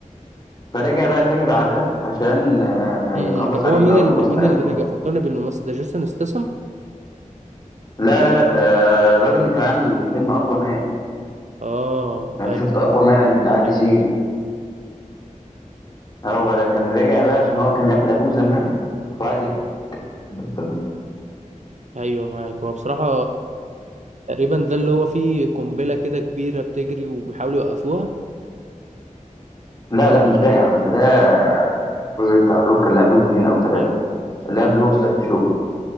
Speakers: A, on the left; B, on the right.
A: فرجع بقى تاني بعدها عشان آه،
B: امم
A: يخلص
B: طب
A: عليه
B: هو مين
A: بقى ويخلص
B: اللي مين
A: على عيلته
B: اللي رجع فكرني بالممثل ده جيسون استسم
A: لا لا لا آه، الراجل اللي كان عامل فيلم اقوى مان
B: اه
A: انت
B: ايوه
A: شفت اقوى مان بتاع دي
B: عرفت
A: سي هو ده كان راجع بقى عشان هو كان قاتل ابوه زمان وعايز ينتقم.
B: ايوه معاك هو بصراحة تقريبا ده اللي هو فيه قنبلة كده كبيرة بتجري وبيحاولوا يوقفوها
A: لا لا مش ده يا عم ده ده الجزء بتاع الروك اللي قبله باتنين او تلاتة
B: ايوه صح صح
A: اللي قبل هوبس اند شو